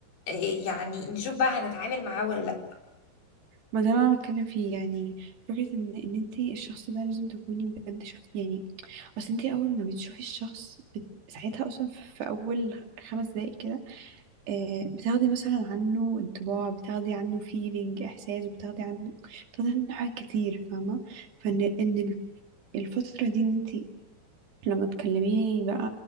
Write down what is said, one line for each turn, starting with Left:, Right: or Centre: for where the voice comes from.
Left: آه، يعني نشوف بقى هنتعامل معاه ولا لا
Right: ما ده اللي انا بتكلم فيه يعني فكره ان ان انت الشخص ده لازم تكوني بجد شفت يعني اصل انت اول ما بتشوفي الشخص بت... ساعتها اصلا في اول خمس دقايق كده آه بتاخدي مثلا عنه انطباع بتاخدي عنه فيلينج احساس بتاخدي عنه بتاخدي عنه حاجات كتير فاهمه فان ان الفتره دي ان انت لما تكلميه بقى